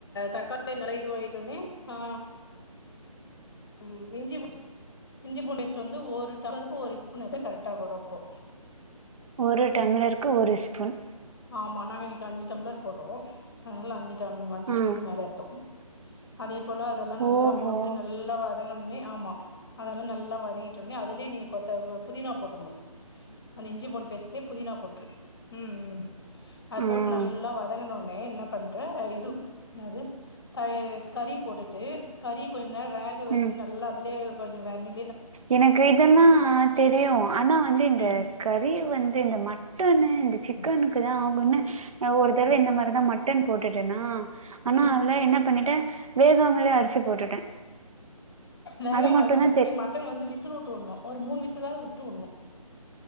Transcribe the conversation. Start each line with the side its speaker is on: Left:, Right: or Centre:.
Left: தக்காளி நல்லா இதுவாய்ட்டுடனே ஆ ம் இஞ்சி இஞ்சி பூண்டு பேஸ்ட் வந்து ஒரு டம்ளர்க்கு ஒரு ஸ்பூன் எடுத்தா கரெக்டா வரும் அப்போ
Right: ஒரு டம்ளருக்கு ஒரு ஸ்பூன்
Left: ஆமா நாங்க இன்னைக்கு அஞ்சு டம்ளர் போடுவோம் அதனால அஞ்சு டம் அஞ்சு
Right: ஆ
Left: ஸ்பூன் மேலே ஏடுத்தோம் அதே போல அதெல்லா நல்லா
Right: ஓஹோ
Left: போட்டு நல்லா வதங்கன்னே ஆமா அதெல்லா நல்லா வதங்கிட்டு உடனே அதுலயே நீ கொத்த புதினா போட்டுடணும் அந்த இஞ்சி பூண்டு பேஸ்ட்லயே புதினா போட்ரு ம் ம் அத
Right: ம்
Left: போட்டு நல்லா வதங்கண உட னே என்ன பண்ற இது என்னது த கறி போட்டுட்டு கறி கொஞ்ச நேரம் வேக வச்சு
Right: ம்
Left: நல்லா அதுலயே கொஞ்ச வணக்
Right: எனக்கு இதெல்லா தெரியு ஆனா வந்து இந்த
Left: ம்
Right: கறி வந்து இந்த மட்டன்னு இந்த சிக்கனுக்கு
Left: ம்
Right: தா அவங்கன்னு ஒரு தடவ
Left: ம்
Right: இந்த மாரி அதா மட்டன் போட்டுட்டேன்னா ஆனா
Left: ம்
Right: அதுல என்ன பண்ணிட்டே வேகாமலயே அரிசி போட்டுட்டே
Left: வேகாம
Right: அது மட்டு்தா
Left: அரிசி போட்டா நீ மட்டன வந்து விசில்வுட்டு உட்ணு ஒரு மூணு விசிலாவுது உட்டு உட்ணு